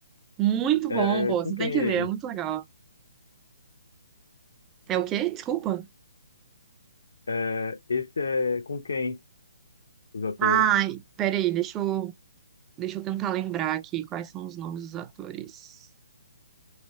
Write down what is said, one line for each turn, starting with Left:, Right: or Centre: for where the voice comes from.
Right: Muito
Left: É,
Right: bom, pô,
Left: com
Right: você
Left: quem
Right: tem
Left: é
Right: que ver,
Left: ele?
Right: é muito legal. É o quê? Desculpa.
Left: É, esse é com quem os atores?
Right: Ai, peraí, deixa eu, deixa eu tentar lembrar aqui quais são os nomes dos atores.